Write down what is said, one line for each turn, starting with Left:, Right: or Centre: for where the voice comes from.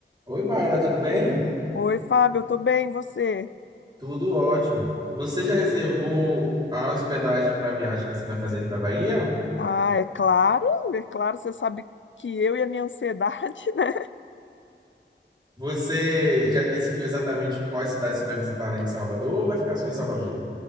Right: Oi, Mayra, tudo bem?
Left: Oi, Fábio, eu tô bem, e você?
Right: Tudo ótimo. Você já reservou a hospedagem para a viagem que você vai fazer aqui para Bahia?
Left: Ah, é claro, é claro, você sabe que eu e a minha ansiedade, <laughs> né?
Right: Você já decidiu exatamente quais cidades você vai visitar além de Salvador ou vai ficar só em Salvador?